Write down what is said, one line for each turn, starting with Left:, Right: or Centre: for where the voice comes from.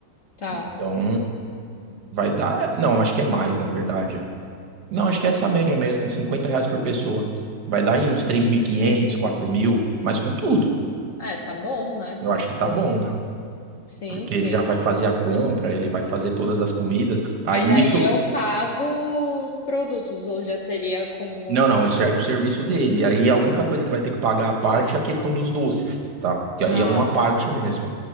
Left: Tá.
Right: Então, vai dar. Não, acho que é mais, na verdade. Não, acho que é essa média mesmo, 50 reais por pessoa. Vai dar aí uns três mil e quinhentos, quatro mil mas com tudo.
Left: É, é, tá bom, né?
Right: Eu acho que tá
Left: Pô,
Right: bom, né?
Left: sim,
Right: porque
Left: sim.
Right: ele já vai fazer a compra, ele vai fazer todas as comidas. Aí
Left: Mas aí
Right: isso,
Left: eu pago os produtos, ou já seria com o.
Right: não, não, isso já é com o serviço dele. Aí a única coisa que vai ter que pagar à parte é a questão dos doces, tá? Que
Left: Ah,
Right: aí é uma parte
Left: tá,
Right: mesmo,